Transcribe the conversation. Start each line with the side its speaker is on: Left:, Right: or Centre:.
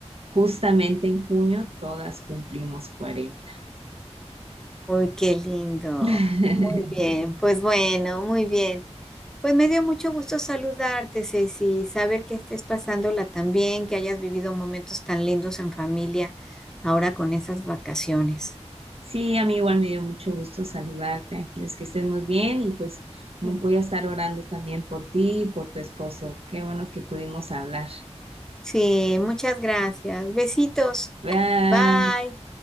Right: justamente en junio todas cumplimos cuarenta
Centre: Uy, qué lindo.
Right: <laughs>
Centre: Bien, pues bueno, muy bien. Pues me dio mucho gusto saludarte, Ceci, saber que estés pasándola tan bien, que hayas vivido momentos tan lindos en familia ahora con esas vacaciones.
Right: Sí, a mí igual me dio mucho gusto saludarte, Ángeles, que estés muy bien y pues muy-
Centre: Sí,
Right: voy a estar orando también por ti y por tu esposo. Qué bueno que pudimos hablar.
Centre: Sí, muchas gracias. Besitos.
Right: Bye.
Centre: Bye.